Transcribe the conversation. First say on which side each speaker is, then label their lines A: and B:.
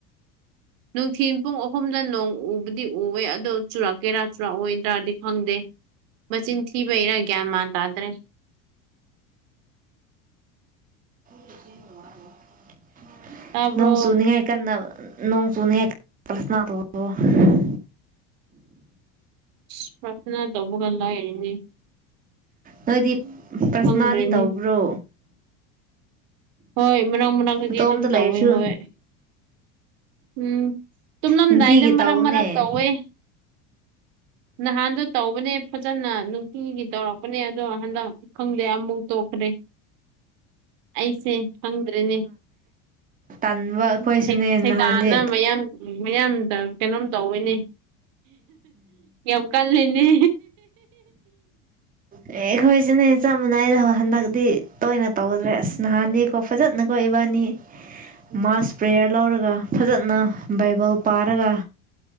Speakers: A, on the right; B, on the right.
A: ꯅꯨꯡꯊꯤꯤꯟ ꯄꯨꯡ ꯑꯍꯨꯝꯅ ꯅꯣꯡ ꯎꯕꯗꯤ ꯎꯋꯦ ꯑꯗꯣ ꯆꯨꯔꯥꯀꯦꯔꯥ ꯆꯨꯔꯥꯛꯑꯣꯏꯗ꯭ꯔꯥꯗꯤ ꯈꯪꯗꯦ ꯃꯆꯤꯟ ꯊꯤꯕꯩꯔ ꯒ꯭ꯌꯥꯟ ꯃꯥꯟ ꯇꯥꯗ꯭ꯔꯦ
B: ꯍꯖꯤꯟ ꯋꯥꯄ <unintelligible>
A: ꯇꯥꯕ꯭ꯔꯣ
B: ꯅꯣꯡ ꯁꯨꯅꯤꯉ ꯀꯟꯅ ꯅꯣꯡ ꯁꯨꯅꯤꯁꯅ ꯇꯣꯡꯂꯣ <unintelligible>
A: ꯑ ꯄ꯭ꯔꯊꯅ ꯇꯧꯕꯒ ꯂꯥꯏꯔꯤꯅꯤ
B: ꯅꯣꯏꯗꯤ ꯄ꯭ꯔꯊꯅꯥꯗꯤ
A: ꯈꯪꯗ꯭ꯔꯦꯅꯦ
B: ꯇꯧꯕ꯭ꯔꯣ
A: ꯍꯣꯏ ꯃꯅꯥꯛ ꯃꯅꯥꯛꯛꯇꯗꯤ
B: ꯅꯇꯣꯝꯇ
A: ꯑꯗꯨꯝ ꯇꯧꯋꯦ
B: ꯂꯩꯔꯁꯨ
A: ꯍꯣꯏ ꯎꯝ ꯇꯨꯝꯂꯝꯗꯥꯏꯗ
B: ꯅꯨꯡꯇꯤꯒꯤ
A: ꯃꯔꯛ
B: ꯇꯧꯅꯦ
A: ꯃꯔꯛ ꯇꯧꯋꯦ ꯅꯍꯥꯟꯗꯣ ꯇꯧꯕꯅꯦ ꯐꯖꯅ ꯅꯨꯡꯇꯤꯒꯤ ꯇꯧꯔꯛꯄꯅꯦ ꯑꯗꯣ ꯍꯟꯗꯛ ꯈꯪꯗꯦ ꯑꯃꯨꯛ ꯇꯣꯛꯈ꯭ꯔꯦ ꯑꯩꯁꯦ ꯈꯪꯗ꯭ꯔꯦꯅꯦ
B: ꯇꯟꯕ
A: ꯎ
B: ꯑꯩꯈꯣꯏꯁꯨꯅꯦ
A: ꯁꯩꯗꯥꯅ
B: ꯅꯍꯥꯟꯗꯤ
A: ꯃꯌꯥꯝ ꯎ ꯃꯌꯥꯝꯗ ꯀꯩꯅꯣꯝ ꯇꯧꯋꯤꯅꯦ ꯀꯪ ꯀꯜꯂꯤꯅꯤ
B: ꯑꯦ ꯑꯩꯈꯣꯏꯁꯤꯅꯦ ꯆꯞ ꯃꯥꯟꯅꯥꯏꯗ ꯍꯟꯗꯛꯇꯤ ꯇꯣꯏꯅ ꯇꯧꯗ꯭ꯔꯦ ꯑꯁ ꯅꯍꯥꯟꯅꯤꯀꯣ ꯐꯖꯅꯀꯣ ꯏꯕꯥꯅꯤ
A: <inaudible>
B: ꯃꯥꯁ ꯄ꯭ꯔꯦꯌꯔ ꯂꯧꯔꯒ ꯐꯖꯅ ꯕꯥꯏꯕꯜ ꯄꯥꯔꯒ